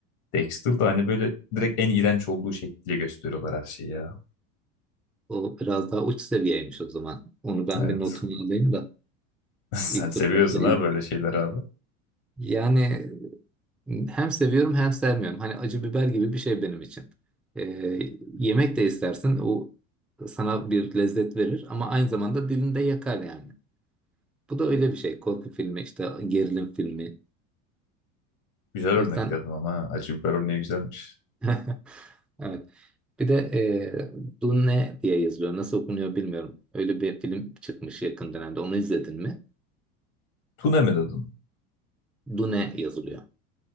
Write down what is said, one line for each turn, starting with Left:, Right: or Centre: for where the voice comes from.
Left: Dexter'da hani böyle direkt en iğrenç olduğu şekliyle gösteriyorlar her şeyi ya.
Centre: O biraz daha uç seviyeymiş o zaman. Onu ben
Left: Evet.
Centre: bir notumu alayım da
Left: <laughs> Sen
Centre: ilk
Left: seviyorsun
Centre: fırsatta izleyeyim.
Left: ha böyle şeyler abi.
Centre: Yani hem seviyorum hem sevmiyorum. Hani acı biber gibi bir şey benim için. Eee, yemek de istersin o sana bir lezzet verir ama aynı zamanda dilinde yakar yani. Bu da öyle bir şey. Korku filmi işte gerilim filmi.
Left: Güzel
Centre: O
Left: örnek
Centre: yüzden
Left: dedin ama ha. acı biber örneği güzelmiş.
Centre: <laughs> evet. Bir de e, Dune diye yazılıyor. Nasıl okunuyor bilmiyorum. Öyle bir film çıkmış yakın dönemde. Onu izledin mi?
Left: Tune mi dedin?
Centre: Dune yazılıyor.